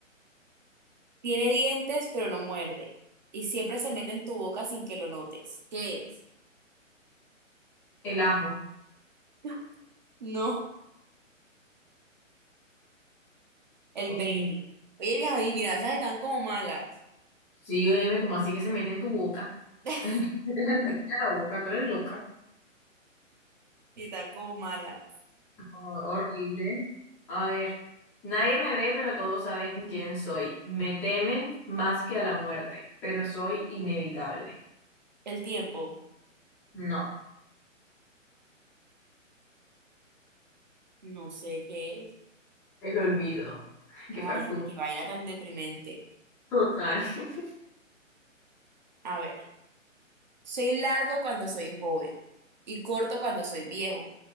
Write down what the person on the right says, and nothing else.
Tiene dientes, pero no muerde. Y siempre se mete en tu boca sin que lo notes. ¿Qué es?
<laughs> No. El
baby. Oye, viejo, y finanzas están como malas.
<laughs>
Sí, están como malas.
El tiempo,
no sé qué es.
Ay,
qué vaina tan deprimente.
A ver, soy largo cuando soy joven y corto cuando soy viejo.